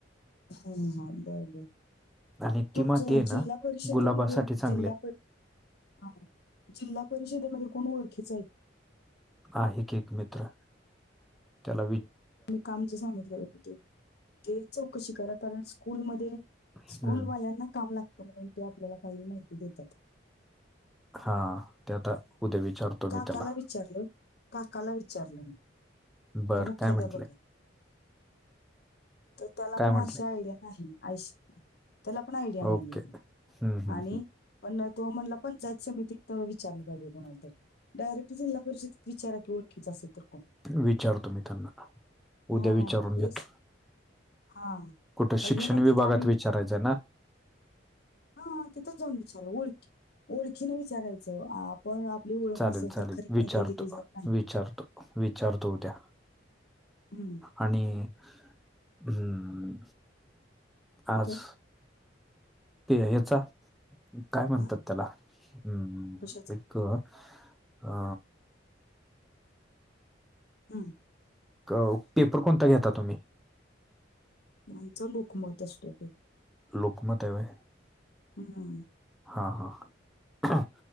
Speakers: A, on the left; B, in the centre.
A: हा हा बरबर
B: आणि
A: तुमचं
B: ती माती आहे ना
A: जिल्हा परिषदेमध्ये
B: गुलाबासाठी चांगली
A: जिल्हा
B: आहे
A: पर हा जिल्हा परिषदेमध्ये कोण ओळखीच आहे?
B: आहे की एक मित्र, त्याला वि
A: मी काम जे सांगितलेलं होतं ते, ते चौकशी करा कारण स्कूलमध्ये
B: हम्म
A: स्कूलवाल्यांना काम लागतं म्हणून ते आपल्याला काही माहिती देतात.
B: हा ते आता उद्या विचारतो
A: काकाला
B: मी त्याला.
A: विचारलं काकाला विचारलं मी
B: बरं
A: तो मुख्याध्यापक
B: काय म्हटले?
A: आहे तर त्याला
B: काय
A: पण
B: म्हंटले
A: अशी आयडिया नाही आशी त्याला पण आयडिया नाहीये
B: ओके हम्म हम्म
A: आणि पण तो म्हणाला पंचायत समितीतं विचारलं पाहिजे म्हणून. डायरेक्ट जिल्हा परिषदेत विचारा की ओळखीच असेल तर कोण?
B: विचारतो मी त्यांना,
A: हा
B: उद्या विचारून घेतो.
A: हेच हा
B: कुठे
A: कारण
B: शिक्षण
A: हे म्हणतात
B: विभागात
A: आम्ही
B: विचारायचं ना?
A: <inaudible> हा तिथंच जाऊन विचार ओळख, ओळखीने विचारायचं आपण ती ओळख
B: चालेल
A: नसेल
B: चालेल
A: तर खरी माहिती
B: विचारतो
A: दिली जात नाही.
B: विचारतो. विचारतो उद्या.
A: हं,
B: आणि <inaudible> हम्म. आज
A: काय?
B: ते याचा काय म्हणतात
A: हां,
B: त्याला? हम्म
A: कशाचा?
B: एक अ
A: हम्म.
B: काहो पेपर कोणता घेता तुम्ही?
A: आमचा लोकमत असतो ते.
B: लोकमत आहे होय.
A: हम्म.
B: हा हा